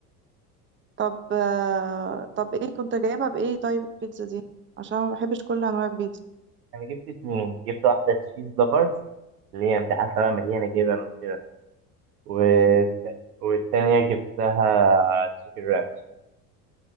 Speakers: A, on the right (about 25°); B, on the right (about 70°).
A: طب آه، طب ايه كنت جايبها بايه طيب البيتزا دي عشان أنا ما بحبش كل انواع البيتزا
B: انا جبت اتنين جبت واحده تشيز لافرز اللي هي انت عارفه بقى مليانه جبن وكده و...
A: مم.
B: والتانيه جبتها تشيكن رانش